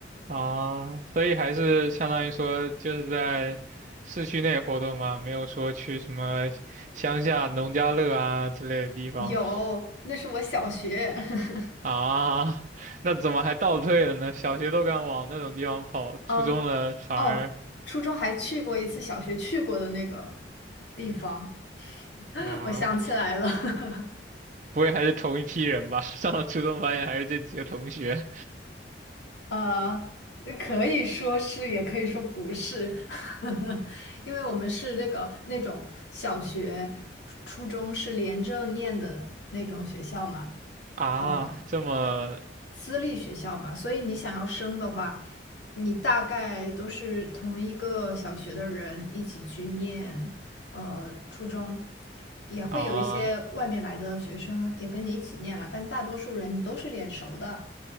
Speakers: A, on the right; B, on the left.
A: 啊，所以还是相当于说就是在市区内活动嘛，没有说去什么乡下农家乐啊之类的地方
B: 有，那是我小学。<laughs>
A: 啊，那怎么还倒退了呢？小学都敢往那种地方跑，
B: 呃，
A: 初中了反而
B: 哦，初中还去过一次小学去过的那个地方，<laughs>
A: 啊。
B: 我想起来了。<laughs>
A: 不会还是同一批人吧？<laughs> 上了初中发现还是这几个同学
B: 呃，那可以说是，也可以说不是，<laughs> 因为我们是那个那种小学、初中是连着念的那种学校嘛，
A: 啊，
B: 呃，
A: 这么
B: 私立学校嘛，所以你想要升的话，你大概都是同一个小学的人一起去念，呃，初中，也会有一些外面来的学生也跟你一起念了，
A: 啊，
B: 但大多数人你都是脸熟的，